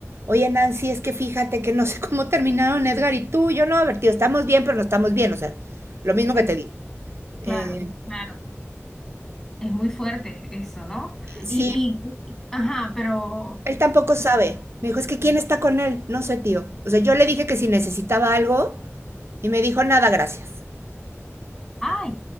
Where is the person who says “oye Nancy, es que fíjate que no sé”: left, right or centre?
Right